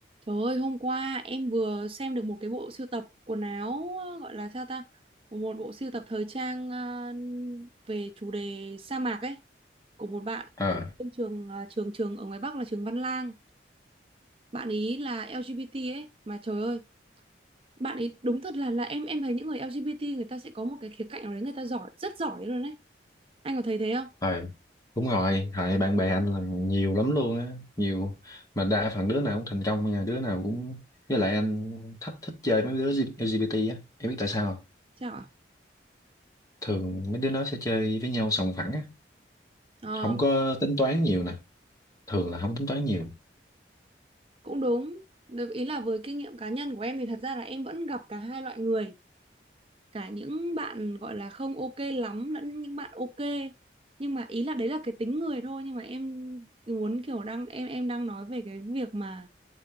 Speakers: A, on the right; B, on the left.
A: Trời ơi, hôm qua em vừa xem được một cái bộ sưu tập quần áo ờ, gọi là sao ta? Một bộ sưu tập thời trang ờ, về chủ đề sa mạc ấy của một bạn
B: ờ
A: ở trên trường ờ, trường trường ở ngoài Bắc là trường Văn Lang. Bạn ý là LGBT ấy mà trời ơi, bạn ý đúng thật là là em em thấy những người LGBT người ta sẽ có một cái khía cạnh nào đấy người ta giỏi, rất giỏi luôn đấy. Anh có thấy thế không?
B: thôi đúng rồi thời bạn bè anh là nhiều lắm luôn á nhiều mà đa phần đứa nào cũng thành công nha đứa nào cũng với lại anh thích thích chơi mấy đứa LGBT á em biết tại sao không
A: Sao ạ?
B: thường mấy đứa nó sẽ chơi với nhau sòng phẳng á
A: Ờ,
B: không có tính toán nhiều nè thường là không tính toán nhiều
A: cũng đúng. Được, Ý là với kinh nghiệm cá nhân của em thì thật ra là em vẫn gặp cả hai loại người. cả những bạn gọi là không ok lắm lẫn những bạn ok nhưng mà ý là đấy là cái tính người thôi nhưng mà em muốn kiểu đang em em đang nói về cái việc mà